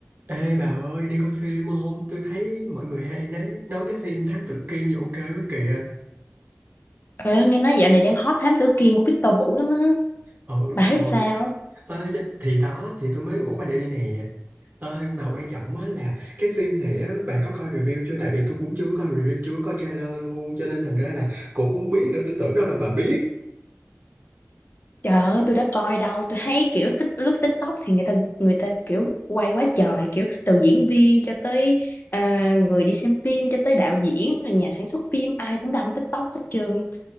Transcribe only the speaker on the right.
Ê bà ơi, đi coi phim không? Tôi thấy mọi người hay nói, nói cái phim Thám Tử Kiên gì ok quá kìa.
Ừ đúng
rồi.
Ê, cho- thì đó, thì tôi mới rủ bà đi nè. Ơi mà quan trọng á là cái phim này á, bà có coi review chưa? Tại vì tôi cũng chưa có coi review, chưa có coi trailer luôn. Cho nên thành ra là cũng không biết nữa. Tôi tưởng đâu là bà biết.